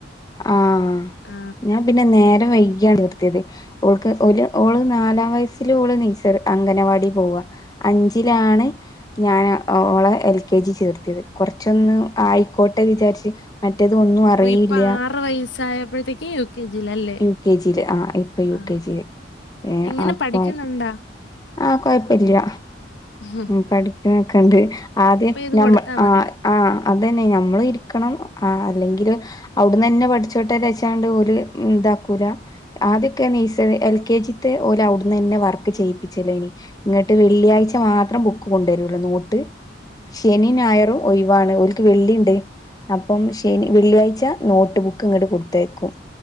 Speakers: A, on the left (about 20°); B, on the left (about 80°).
A: ആഹ
B: ആ
A: ഞാൻ പിന്നെ നേരെ വൈകിയാണ് നിർത്തിയത്ക്ക് ഒരു ഓള് നാലാം വയസ്സില ഓള് നീച്ച അങ്കനവാടി പോവാ അഞ്ചിലാണ് ഞൻ ഓ എൽ കെ ജി ചേർത്തിയത് കൊറച്ച ഹൈക്കോട്ടെ വിചാരിച്ച് മറ്റേത് ഒന്നും അറിയിയില്ല
B: ഓ ഇപ്പൊ ആറ് വയസ്സായപ്പോഴത്തേക്ക് യു കെ ജിയിലല്ലേ
A: യു കെ ജിയിലെ ആ ഇപ്പൊ യു
B: ആ
A: കെ ജിയില ഏ
B: എങ്ങനെ
A: അപ്പം
B: പഠിക്കുന്നുണ്ടാ
A: ആഹ കൊഴപ്പില്ല
B: ഹം
A: ഉ പഠിക്കണൊക്കെണ്ട് ആദ്യമ്മ
B: ചെയ്ത് കൊടുത്താ മതി
A: ആ ആ അതന്നെ നഞമ്മൾ ഇരിക്കണം ആ അല്ലെങ്കില് അവിടന്ന് തന്നെ പഠിച്ചോട്ടേ വച്ചാണ്ട് ഒരു ഇതാക്കൂല ആതൊക്കെ ഈ എൽ കെ ജിത്തെ പോലെ അവിടുന്ന് തന്നെ വർക്ക് ചെയ്ും ിച്ചല്ലേ ഇനി ഇങ്ങോട്ട് വെള്ളിയാഴ് മാത്രം ബുക്ക് കൊണ്ടുവരുല്ലോ നോട്ട് ശനി ഞായറും ഒഴവാണ് ഒഓലക്ക് വെള്ളിയുണ്ട് അപ്പം ശനി വെള്ളിയാഴ്ച നോട്ട് ബുക്ക് ഇങ്ങോട്ട് കൊടുത്തേക്കും